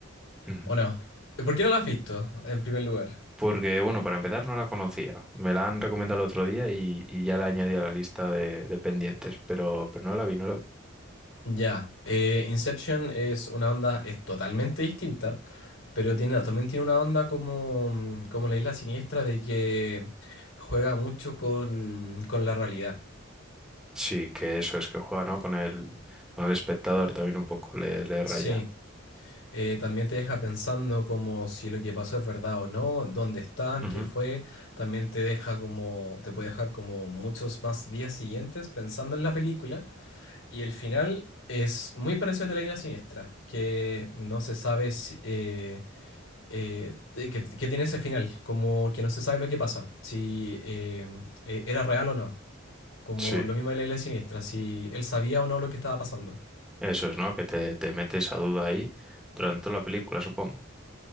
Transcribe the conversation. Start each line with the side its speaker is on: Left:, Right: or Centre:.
Centre: Ujú.
Left: ¿O no? Eh, ¿Por qué no la has visto, en primer lugar?
Centre: Porque, bueno, para empezar no la conocía. Me la han recomendado el otro día y, y ya la añadí a la lista de, de pendientes, pero, pero no la vi, no la vi.
Left: Ya, eh, Inception es una onda, es totalmente distinta, pero tiene, también tiene una onda como, mm, como la Isla Siniestra de que juega mucho con, con la realidad.
Centre: Sí, que eso es que juega, ¿no? Con el, con el espectador también un poco le, le
Left: Sí,
Centre: raya.
Left: eh, también te deja pensando como si lo que pasó es verdad o no, dónde están,
Centre: Ujú.
Left: qué fue, también te deja como, te puede dejar como muchos más días siguientes pensando en la película. Y el final es muy parecido al de la Isla Siniestra, que no se sabe si, eh, eh, de- que, que tiene ese final, como que no se sabe lo que pasa, si eh, eh, era real o no, como
Centre: Sí,
Left: lo mismo de la Isla Siniestra, si él sabía o no lo que estaba pasando.
Centre: eso es, ¿no? Que te, te metes a duda ahí durante toda la película, supongo.